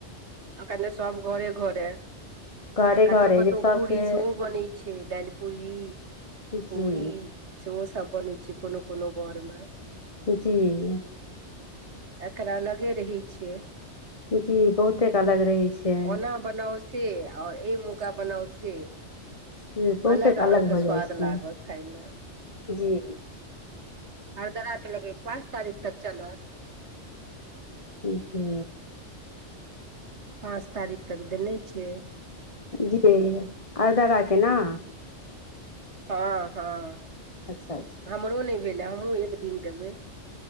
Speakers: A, on the right; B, on the left.
A: ओ सब घरे घरे
B: घरे
A: कतहु
B: घरे
A: कतहु
B: जे सबके
A: पूरी सेहो बनै छै दालि पूरी
B: जी
A: पूरी सेहो सब बनैत छै कोनो कोनो घर मे
B: जी
A: एकरा लगे रहय छियै
B: जी बहुतेक अलग रहै छै
A: ओना बनाओल से आओर ए मुका बनाउ से
B: से बहुतेक
A: अलग अहाँके
B: भऽ
A: स्वाद
B: जाइ छै
A: लागत खायमे
B: जी जी
A: आरदरा त लगे पाँच तारिख तक चलो
B: जी
A: पाँच तारीख तक देने छियै
B: जी आरदारा ने
A: हँ हँ
B: अच्छा अच्छा
A: हमरो नहि भेल हमहहुँ एक दिन देबय